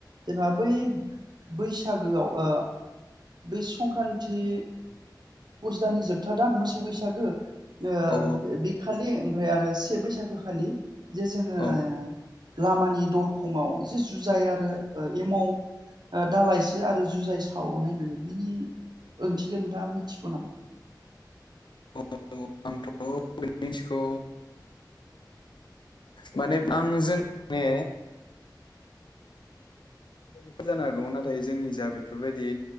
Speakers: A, on the right; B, on the left.
A: जेनेबा बै बैसागोआव ओ बै संखान्थि पुज दाननि जोबथा दान मोसौ बैसागो ओ
B: औ
A: बे बिखालि ओमफ्राय आरो से बैसागोखालि जे जोङो
B: औ
A: ओ लामानि दरख खङाव जि जुजाय आरो ओ एमाव ओ दालाइसे आरो जुजाय सावनाय नुयो बिनि ओंथिखौ नोंथाङा मिथिगौ नामा
B: औ- औ आंथ' मिनथिगौ मानेब आं जों माने दा बेफोर जानो हागौ नाथाय जोंनि जा बेफोरबायदि